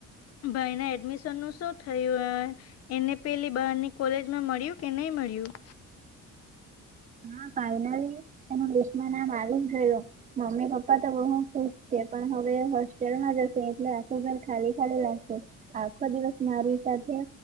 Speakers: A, on the left (about 50°); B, on the right (about 25°).
A: ભાઈ ના એડમિશન નું શું થયું એને પેલી બહારની કોલેજમાં મળ્યું. કે નય મળ્યું
B: હા ફાઈનરી એનું લિસ્ટમાં નામ આવી ગયું મમ્મી પપ્પા તો બહુ ખુશ છે પણ હવે હોસ્ટેલમાં જશે એટલે આખો ઘર ખાલી ખાલી લાગશે આખો દિવસ મા સાથે